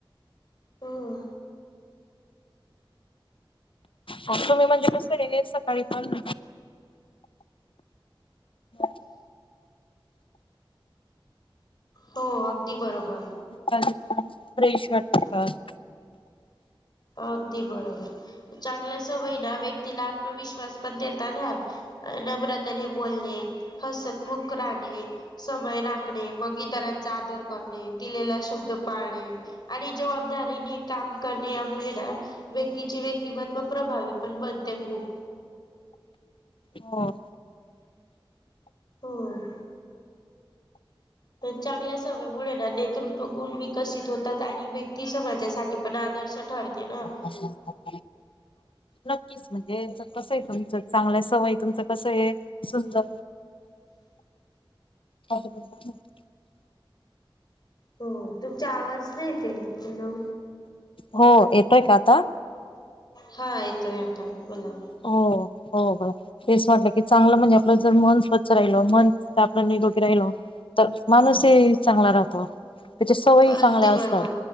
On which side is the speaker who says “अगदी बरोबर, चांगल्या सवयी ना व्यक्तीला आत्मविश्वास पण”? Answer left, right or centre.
Left